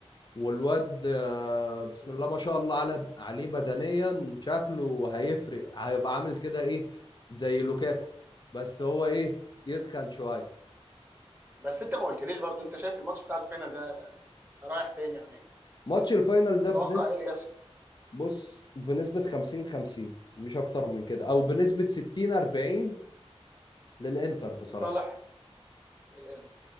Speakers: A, on the left; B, on the right.
A: والواد آه،
B: يخرب بيت
A: بسم
B: كده
A: الله ما شاء الله على عليه بدنيا شكله هيفرق هيبقى عامل كده ايه زي لوكاكو بس هو ايه يتخن شوية
B: بس انت ما قلتليش برضو انت شايف الماتش بتاع الفينال ده رايح فين يعني
A: ماتش الفاينل
B: متوقع
A: ده بنسبة
B: ايه اللي يحصل
A: بص بنسبة 50 50 مش اكتر من كده او بنسبة 60 40 للانتر بصراحة
B: لصالح الانتر